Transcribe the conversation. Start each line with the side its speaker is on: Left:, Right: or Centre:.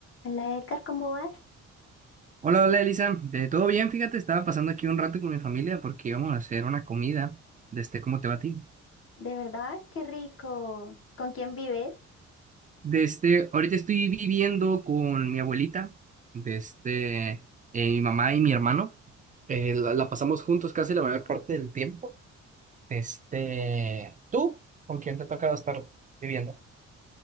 Left: Hola Edgar, ¿cómo vas?
Right: Hola, hola Elisa, Eh, ¿todo bien? Fíjate, estaba pasando aquí un rato con mi familia porque íbamos a hacer una comida. Desde, ¿cómo te va a ti?
Left: De verdad, qué rico. ¿Con quién vives?
Right: Desde, ahorita estoy viviendo con mi abuelita, desde mi mamá y mi hermano. Eh, la, la pasamos juntos casi la mayor parte del tiempo. Este, ¿tú con quién te ha tocado estar viviendo?